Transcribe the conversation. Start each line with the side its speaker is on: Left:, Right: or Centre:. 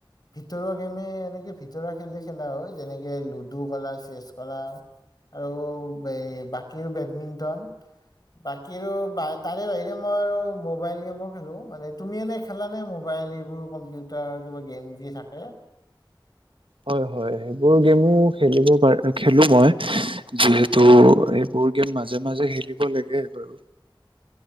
Left: ভিতৰুৱা গেমে এনেকে খ খেলা হয় যেনেকে লুডু কলা চেছ কৰালা আৰু বাকী বেডমিণ্টন বাকীো তাৰে বাহিৰে আমাৰ আৰু মোবাইল গেম হেললো মানে তুমি এনে খেলাানে মোবাইল এইবোৰ কম্পিউটাৰ কিবা গেম যি থাকে
Right: হয় হয় সেইবোৰ গেমো খেলিব পাৰ খেলো মই যিহেতু এইবোৰ গেম মাজে মাজে খেলিব লাগে বাৰু